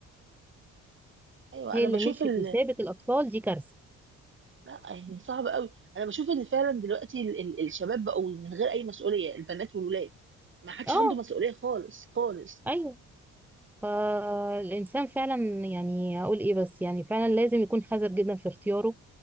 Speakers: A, on the right; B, in the centre.
A: ايوه
B: هي
A: انا
B: اللي
A: بشوف
B: مشيت
A: ال
B: وسابت الاطفال دي كارثة
A: لا يعني صعب قوي انا بشوف ان فعلا دلوقتي ال ال الشباب بقوا من غير اي مسؤوليه البنات والولاد ما حدش
B: اه
A: عنده مسؤوليه خالص خالص
B: ايوه فالانسان فعلا يعني هقول ايه بس يعني فعلا لازم يكون حذر جدا في اختياره